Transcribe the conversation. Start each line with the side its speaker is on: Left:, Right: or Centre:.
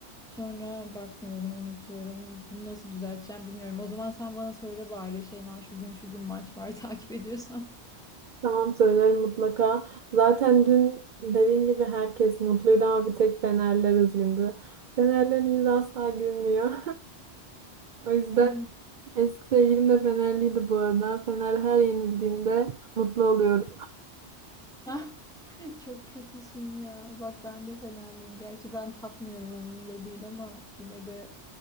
Centre: Sonra bakmıyorum, unutuyorum. Bunu nasıl düzelteceğim bilmiyorum. O zaman sen bana söyle bari Şeyma şu gün şu gün maç var <laughs> takip ediyorsan.
Right: Tamam söylerim mutlaka. Zaten dün dediğin gibi herkes mutluydu ama bir tek Fenerler üzgündü. Fenerlerin yüzü asla gülmüyor. <laughs> O yüzden
Centre: Yani.
Right: Eski sevgilim de Fenerliydi bu arada. Fener her yenildiğinde mutlu oluyorum.
Centre: <laughs> Çok kötüsün ya. Bak ben de Fenerliyim. Gerçi ben takmıyorum umurumda değil ama yine de